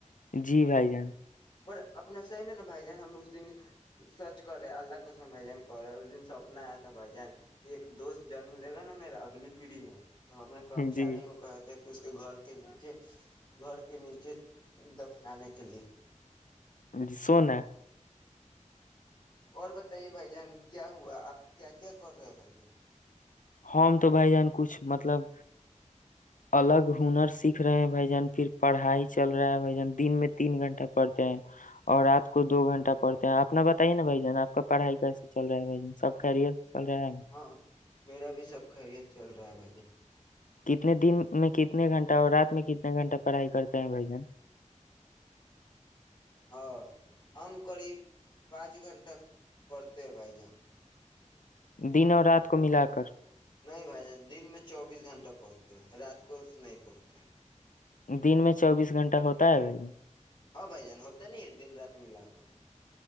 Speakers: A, on the left (about 85°); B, on the left (about 35°).
A: جی بھائی جان
B: پر اپنا سحی میں نا بھائی جان ہم اس دن سچ کر رہے ہیں اللہ کا سم بھائی جان کہ رہے اس دن سپنا آیا تھا بھائی جان کہ ایک دوست جنم لے گا نا میرا اگلی پیڑھی میں ہم اپنے کرمچاری
A: جی
B: کو کہتے تو اس کے گھر کے نیچے گھر کے نیچے دفنانے کے لیے
A: جی سونا ہے
B: اور بتائیے بھائی جان کیا ہوا آپ کیا کیا کر رہے ہو بھائی جان
A: ہم تو بھائی جان کچھ مطلب الگ ہنر سیکھ رہے ہیں بھائی جان پھر پڑھائی چل رہا ہے بھائی جان دن میں تین گھنٹہ پڑھتے ہیں اور رات کو دو گھنٹہ پڑھتے ہیں اپنا بتائیے نا بھائی جان آپ کا پڑھائی کا چل رہا ہے بائی ج سب خیریت سے چل رہا ہے نا؟
B: ہاں میرا بھی سب خیریت چل رہا ہے بھیا
A: کتنے دن میں کتنے گھنٹہ اور رات میں کتنے گھنٹہ پڑھائی کرتے ہیں بھائی جان
B: ہاں ہم قریب پانچ گھنٹہ پڑھتے ہیں بھائی جان
A: دن اور رات کو ملا کر
B: نہیں بھائی دن میں چوبیس گھنٹہ پڑھتے ہیں رات کو اس نہیں پڑتے
A: دن میں چوبیس گھنٹہ ہوتا ہے بھائی
B: ہاں بھائی جان ہوتا نہیں ہے دن رات ملا کر